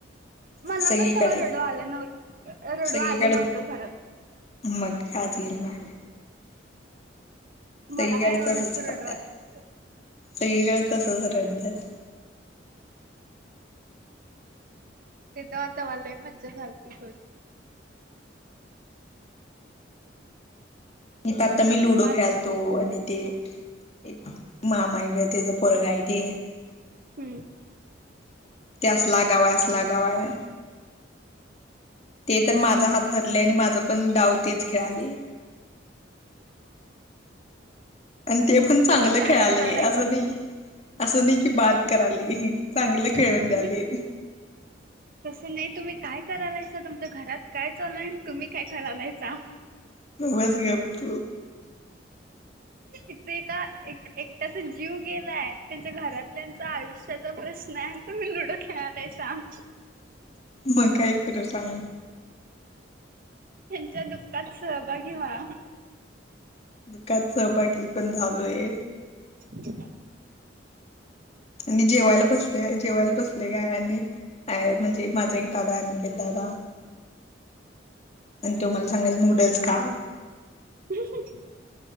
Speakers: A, on the right (about 50°); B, on the left (about 35°).
A: मला
B: सगळीकडे
A: पण तेव्हा रडु आलं नव्ह रडु
B: सगळीकडे
A: आलं नव्हतं खरं.
B: मग का <unintelligible> बा
A: मला
B: सईकडे
A: काय एवढं
B: तसच
A: असं रडू
B: करत्यात,
A: आलं नव्हतं
B: सईकडे तसच रडतात.
A: तेथ आतावालाही मच झालय तिखट.
B: नाही तर आता मी लुडो
A: मग
B: खेळल तो आणि ते एक मामा त्याचा पोरगाय ते.
A: हम्म.
B: त्यास लागावा, अस लागावाय. ते तर माझा हात धरले आणि माझं पण डाव तेच खेळाले. आणि ते पण चांगलं
A: तुम्ही काय
B: खेळाले
A: करायलायसा
B: असं नाही. असं नाही की बात कराली चांगलं खेळून
A: तुम्ही
B: द्याले.
A: तसं नाही तुम्ही काय करालेस तुमच्या घरात काय चालाल? तुम्ही काय करालयसा.
B: बस ग त
A: इथे एका एक एकट्याचा जीव गेलाय त्यांच्या घरातल्याच आयुष्यात प्रश्न आहे तुम्ही लुडो खेळालाय सांग
B: मग काय करू सांगजी युती
A: त्यांच्या दुःखात सहभागी व्हा
B: दुखात सहभागी पण झालोय
A: ह
B: आणि जेवायला बसले जेवायला बसले का आणि आहे म्हणजे माझा एक दादा अनिकेत दादा नु मसंगल नूडल्स का
A: ह